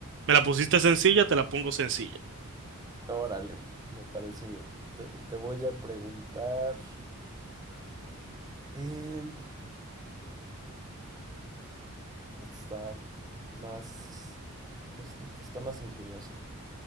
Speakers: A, on the right; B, on the right.
A: Me la pusiste sencilla, te la pongo sencilla.
B: Órale, me parece bien. Te, te voy a preguntar. em, Esta está más, pues está más ingeniosa.